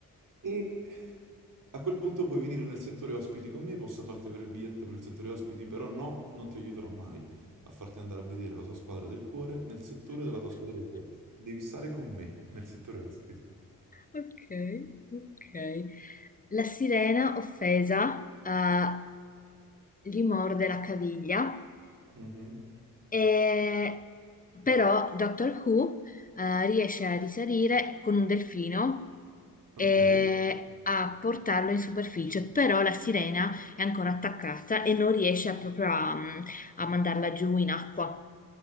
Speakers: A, on the right; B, on the left.
A: e a quel punto puoi venire nel settore ospiti con me, posso farti avere il biglietto per il settore ospiti, però no, non ti aiuterò mai a farti andare a vedere la tua squadra del cuore nel settore della tua squadra del cuore. Devi stare con me nel settore ospiti.
B: Ok, ok. La sirena offesa, eh, gli morde la caviglia
A: Mhm,
B: E- però Doctor Who eh, riesce a risalire con un delfino e
A: Ok.
B: a portarlo in superficie, però la sirena è ancora attaccata e non riesce a- proprio a, mm, a mandarla giù in acqua.